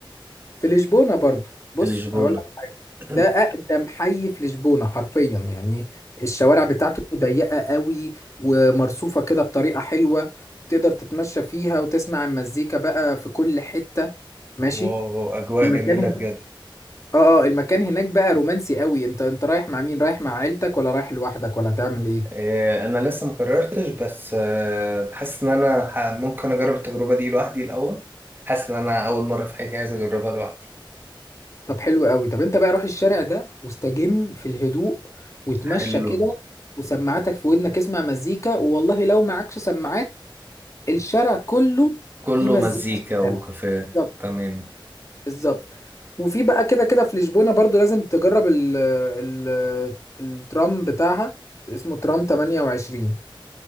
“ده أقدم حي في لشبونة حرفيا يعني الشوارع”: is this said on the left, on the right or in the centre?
Left